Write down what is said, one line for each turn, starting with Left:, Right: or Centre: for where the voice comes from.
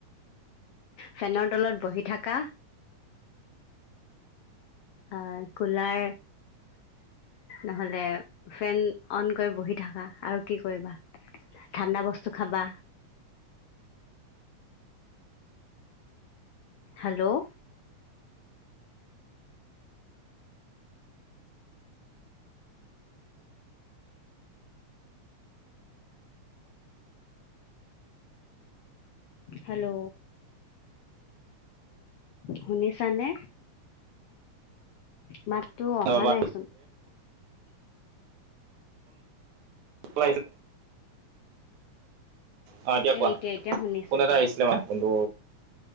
Left: ফেনৰ তলত বহি থকা অ কুলাৰ নহ'লে ফেন অন কৰি বহি থাকা আৰু কি কৰিবা ঠাণ্ডা বস্তু খাবা হেল্ল' হেল্ল' শুনিছানে মাত তটো অহা
Right: ৰ'বা
Left: নাইচোন
Right: <unintelligible> অ এতিয়া
Left: এ
Right: কোৱা
Left: এতিয়া শুনিছো
Right: কোন
Left: এতিয়া
Right: এটা আহিছিলে
Left: শুনিছো
Right: মই কোনটো